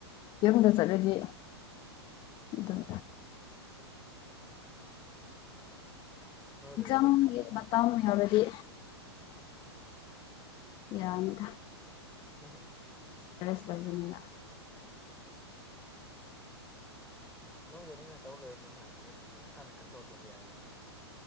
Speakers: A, on the left; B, in the centre.
A: ꯌꯨꯝꯗ ꯆꯠꯂꯗꯤ ꯑꯗꯨꯝ
B: ꯅꯣꯏꯔꯣꯏꯗ꯭ꯔꯣ
A: ꯑꯦꯛꯖꯥꯝꯒꯤ ꯃꯇꯥꯡ ꯌꯥꯎꯔꯗꯤ ꯌꯥꯔꯃꯤꯗ
B: ꯍ <inaudible>
A: ꯁꯁ ꯂꯔꯕꯅꯤꯂ <inaudible>
B: ꯅꯣꯏꯗ ꯅ ꯉꯥꯏꯇꯧ ꯂꯣꯏ ꯅꯪꯍꯥꯟ ꯅꯪꯥꯡ ꯉꯛꯇ ꯅꯁꯥꯅ ꯀꯟꯇ꯭ꯔꯣꯜ ꯇꯧꯕꯤ ꯌꯥꯏꯅ